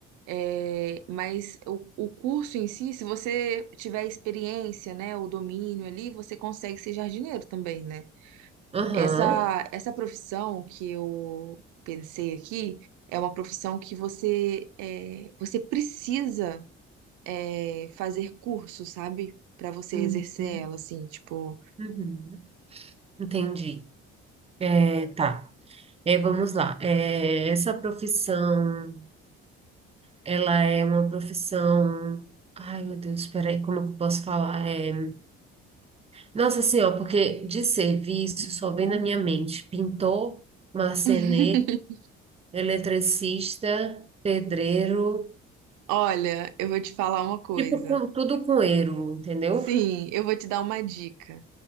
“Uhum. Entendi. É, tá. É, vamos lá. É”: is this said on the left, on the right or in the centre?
Right